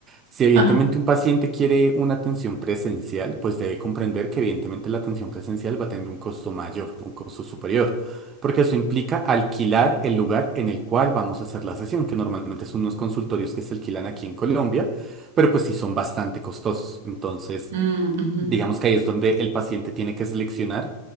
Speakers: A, on the right; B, on the right.
A: Si evidentemente
B: Ajá.
A: un paciente quiere una atención presencial, pues debe comprender que evidentemente la atención presencial va a tener un costo mayor, un costo superior, porque eso implica alquilar el lugar en el cual vamos a hacer la sesión, que normalmente son unos consultorios que se alquilan aquí en Colombia, pero pues sí son bastante costosos. Entonces,
B: Mm, ujú.
A: Digamos que ahí es donde el paciente tiene que seleccionar,